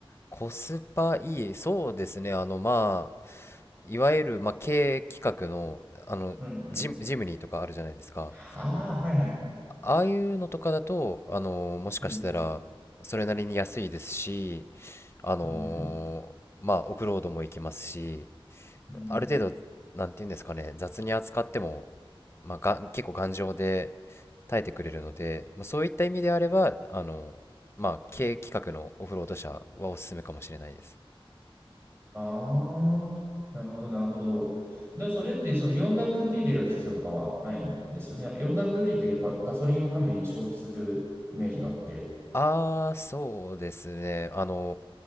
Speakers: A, on the left; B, on the right.
A: コスパいい。そうですね。あの、まあ、いわゆる、まあ、経営企画の、あの、
B: うんうん。
A: ジム、ジムニーとかあるじゃないですか。
B: はあ、はいはい。
A: ああいうのとかだと、あの、もしかしたら、
B: うん。
A: それなりに安いですし、あの、
B: うんうん。
A: まあ、オフロードも行けますし、
B: うんうん
A: ある程度、なんていうんですかね、雑に扱っても、まあ、がん、結構頑丈で耐えてくれるので、まあ、そういった意味であれば、あの、まあ、軽規格のオフロード車はおすすめかもしれないです。
B: ああ、なるほど、なるほど。でもそれってその 4WD で入れる必要とかはないんですよね。なんか 4WD ってやっぱガソリンをかなり消費するイメージがあって。
A: ああ、そうですね。あの、